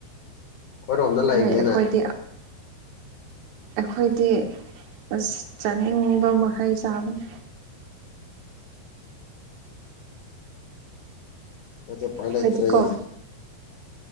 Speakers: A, on the left; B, on the right.
A: ꯑꯩꯈꯣꯏꯔꯣꯝꯗ ꯂꯩꯕꯅꯤꯅ
B: ꯍꯣꯏ ꯑꯩꯈꯣꯏꯗꯤ ꯑꯩꯈꯣꯏꯗꯤ ꯑꯁ ꯆꯥꯅꯤꯡꯕ ꯃꯈꯩ ꯆꯥꯕꯅꯤ
A: ꯑꯗꯨ ꯎꯄꯥꯏ
B: ꯑꯩꯈꯣꯏꯗꯤꯀꯣ
A: ꯂꯩꯇ꯭ꯔ‌ꯦ